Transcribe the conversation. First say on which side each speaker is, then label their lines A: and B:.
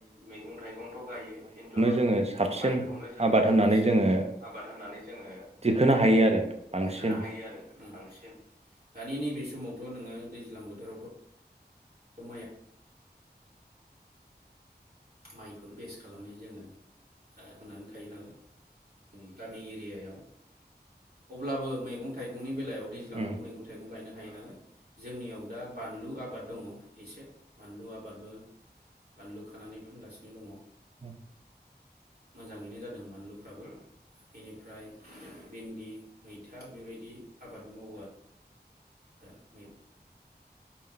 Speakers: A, on the right; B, on the right.
A: मैगं थाइगंथ गायो, खिन्थु
B: जोङो साबसिन
A: माइखौनो जोङो
B: आबाद होननानै
A: साबसिन
B: जोङो
A: आबाद होननानै जोङो
B: दिखोनो हायो आरो बांसिन
A: दिखोनो हायो आरो बांसिन। दानि नैबे समावथ नोङो दैज्लां बोथोरावथ समाया माइखौनो बेस्ट खालामनानै जोङो होननानै थायो नालाय। गामि एरियायाव अब्लाबो मैगं थाइगंनि बेलायाव दैज्लाङाव
B: उम
A: मैं थाइगं गायनो हायो नालाय जोंनियाव दा बानलु आबाद दङ। एसे बानलु आबादबो बानलु खानानै फानगासिनो दङ।
B: <unintelligible>
A: मोजाङैनो जादों बानलुफ्राबो। बेनिफ्राय भिन्दि, मैथा बेबायदि आबादबो मावो आरो। <unintelligible>